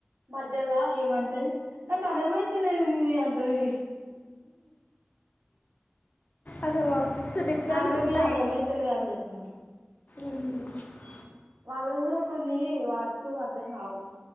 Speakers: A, on the right; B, on the left.
A: మధ్యలో ఏమంటది నాకు అర్థమైతే లేదు నీది అంటది
B: అసలు మస్తు డిఫరెన్స్
A: నాకు కూడా
B: ఉంటాయి
A: మీది అర్థమైతలేదు అని చెప్పిన
B: ఉమ్ హు
A: వాళ్ళవి గుడా కొన్ని వర్డ్స్ అర్థం కావు